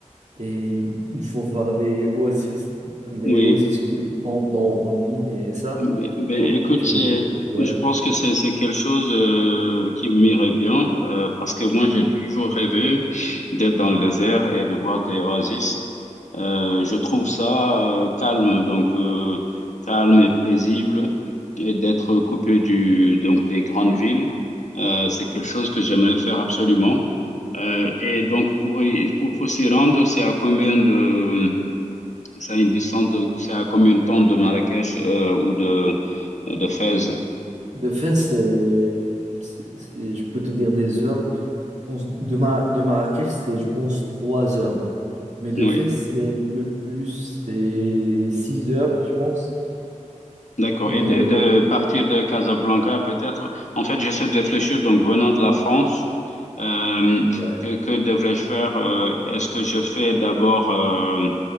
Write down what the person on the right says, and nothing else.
Et il faut voir les oasis, les
oasis que t'entends en ligne et ça,
faut,
tu
les... Ouais.
De fait, c'est, c'est, c'est- je peux te dire des heures. Je pense de, Ma- de Marrakech, c'est, je pense, trois heures. Mais de
fait, c'est un peu plus, c'est six heures, je pense.
Mais
ouais,
ouais.